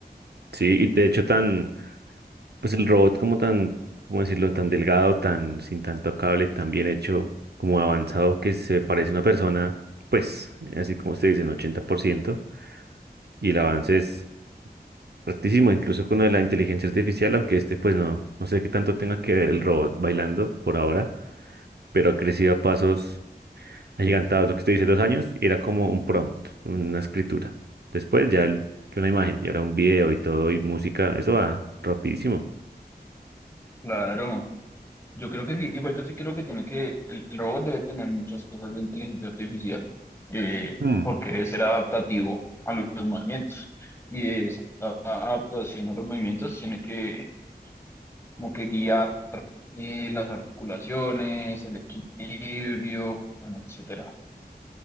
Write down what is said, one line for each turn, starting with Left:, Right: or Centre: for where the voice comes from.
Right: sí, y de hecho tan... pues el robot como tan, ¿cómo decirlo? Tan delgado, tan sin tanto cable, tan bien hecho, como avanzado que se parece a una persona, pues así como se dice, en 80%. Y el avance es altísimo, incluso con lo de la inteligencia artificial, aunque este pues no, no sé qué tanto tenga que ver el robot bailando por ahora, pero ha crecido a pasos agigantados. Lo que usted dice, dos años, y era como un prompt, una escritura. Después ya el- una imagen, y ahora un video y todo, y música, eso va rapidísimo.
Left: Claro, yo creo que sí, igual yo sí creo que tiene que, el, el robot debe tener muchas cosas de inteligencia artificial, eh,
Right: Hmm.
Left: porque debe ser adaptativo a los movimientos. Y esa adaptación a los movimientos tiene que, como que guiar eh, las articulaciones, el equilibrio, bueno, etcétera.